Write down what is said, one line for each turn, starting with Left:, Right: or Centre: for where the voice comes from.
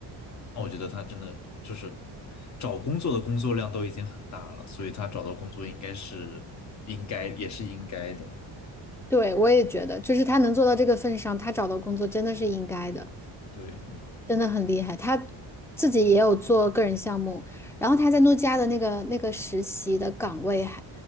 Left: 那我觉得他真的就是找工作的工作量都已经很大了，所以他找到工作应该是应该也是应该的。
Centre: 对，我也觉得，就是他能做到这个份上，他找到工作真的是应该的，
Left: 对
Centre: 真的很厉害。他自己也有做个人项目，然后他在诺基亚的那个那个实习的岗位还